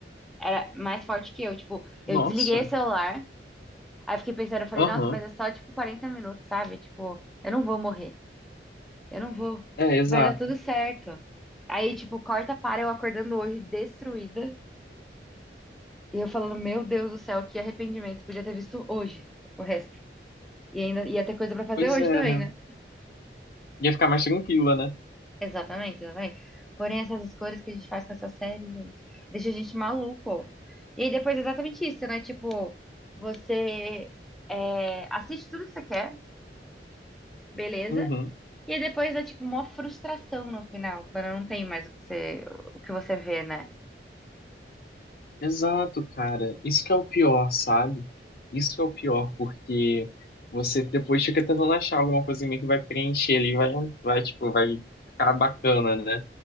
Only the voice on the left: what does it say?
Nossa.
Aham.
É, exato.
Pois
é,
né?
Ia ficar mais tranquila, né?
Uhum.
Exato, cara. Isso que é o pior, sabe? Isso que é o pior, porque você depois fica tentando achar alguma coisinha que vai preencher ali, vai, vai, tipo, vai ficar bacana, né?